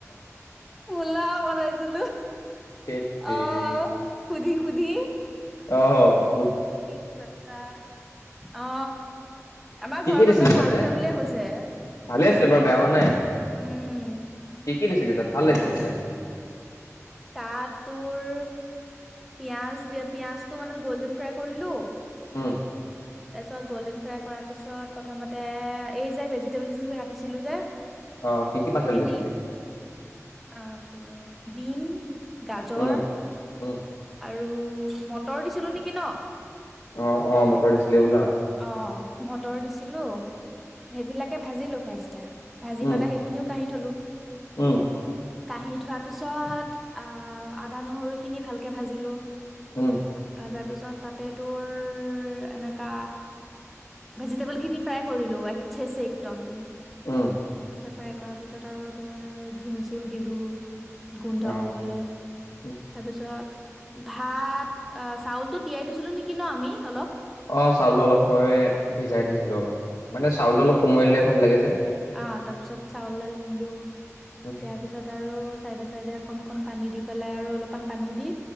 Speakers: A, in the centre; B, on the left.
A: ফোলা বনাইছিলো
B: ধেত তেৰি
A: অ সুধি। সুধি।
B: অ।
A: কি কতা, অ আমাৰ
B: কি
A: ঘৰৰ
B: কি দিছিলি
A: মানুহে ভাল
B: তাতে
A: হৈছে বুলিয়ে কৈছে।
B: ভালে আছিলে বাৰ বেয়া হোৱা নাই।
A: উম।
B: কি কি দিছিলে তাত ভাল লাগিছিলে খাই।
A: তাত তোৰ। পিয়াজ দিয়া, পিয়াজটো মানে গ'ল্ডেন ফ্ৰাই কৰিলো।
B: অ।
A: তাৰ পিছত গল্ডেন ফ্ৰাই কৰাৰ পিছত প্ৰথমতে এই যে ভেজিটেবল কাটিছিলো যে।
B: অ কি কি পাচলি
A: সেইখিনি
B: দিছিলি?
A: আহ তোৰ। বিন। গাজৰ
B: উম উম।
A: আৰু মটৰ দিছিলো নেকি ন।
B: অ অ মটৰ দিছিলি বোলা।
A: অঁ মটৰ দিছিলোঁ, ‌ সেইবিলাকে ভাজিলোঁ ফাৰ্ষ্টে। ভাজি
B: উম
A: পালা সেইখিনি কাহিত। থলো।
B: উম
A: কাহি থোৱাৰ পিছত। আ' আদা নহৰু খিনি ভালকে ভাজিলো।
B: উম
A: ভাজা পিছত। তাতে তোৰ এনেকা। ভেজিটেবল খিনি ফ্ৰাই কৰিলো ৱাইছে একদম।
B: ওম
A: তাৰপিছত ফ্ৰাই কৰাৰ পিছত আৰু তোৰ ঘিউ চিউ দিলোঁ। গোন্ধ
B: অ
A: হবলে
B: উম।
A: তাৰপিছত। ভাত অ চাউলতটো তিয়াই থৈছিলো নেকি ন আমি অলপ।
B: অ চাউলটো অলপ সময় ভিজাই থৈছিলোঁ। আমি মানে চাউলটো অলপ কোমলিলে ভাল লাগে যে।
A: অআ তাৰ পিছত চাউল ধালিলো
B: উম
A: দিয়াৰ পিছত আৰু। উ চাইডে চাইডে অকন কণ পানী দি পেলাই আৰু অলপমান পানী দি।